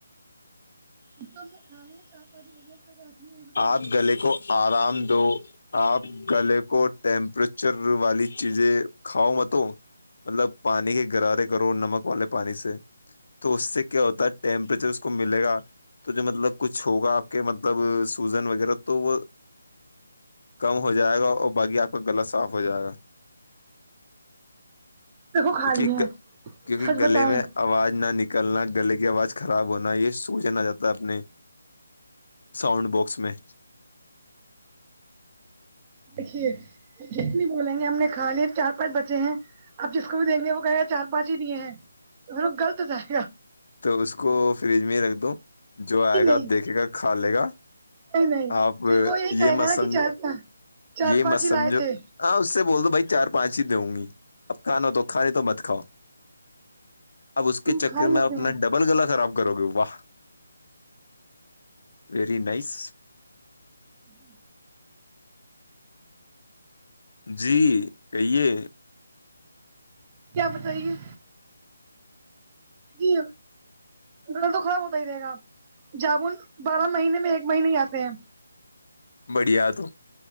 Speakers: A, on the right; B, on the left.
A: تو ہم نے کھانے ہے چار پانچ بجے تک رکھنی
B: آپ گلے کو آرام دو آپ گلے کو ٹیمپریچر والی چیزیں کھاؤ میںت مطلب پانی کے گغرارے کرو نمک والے پانی سے تو اس سے کیا ہوتا ہے ٹیمپریچر اس کو ملے گا تو جو مطلب کچھ ہوگا آپ کے مطلب سوزن وغیرہ تو وہ کم ہو جائے گا اور باقی آپ کا گلا صاف ہو جائے گا
A: دیکھو کھا
B: کیونکہ
A: لیے
B: کیونکہ
A: سچ
B: گلے
A: بتائیں
B: میں آواز نہ نکلنا گلے کی آواز خراب ہونا یہ وہ جانا جاتا ہے اپنے ساؤنڈ باکس میں
A: دیکھیے جس نے بولیں گے ہم نے کھا لییا چا پچ بچے ہیں آپ جس کو بھی دیں گے وہ کہے گا چار پانچ ہی دیے ہیں پھر وہ غلط بتاے گا
B: تو اس کو فریج میں ہی رکھ دو جو
A: نہیں
B: آئے گا
A: نہیں
B: دیکھے گا کھا لے گا
A: نہیں نہیں
B: آپ
A: پھر وہ یہی
B: یہ
A: کہے گا
B: مت
A: نا
B: سمجھو
A: کہ چار پانچ چار
B: یہ
A: پانچ
B: مت سمجھو
A: ہی لائے تھے
B: ہاں اس سے بول دو بھائی چار پانچ ہی دوں گی اب کھانا تو کھانے تو مت کھاؤ اب اس کے
A: ہم
B: چکر
A: کھا ہی
B: میں
A: لیتے
B: آپ
A: ہیں
B: ڈبل گلا خراب کرو گے واہ ویری نائس
A: جی <inaudible>
B: جی کہیے
A: کیا بتائیے جی گلا تو خراب ہوتا ہی رہے گا جامن بارہ مہینے میں ایک مہینے ہی آتے ہیں
B: بڑھیا تم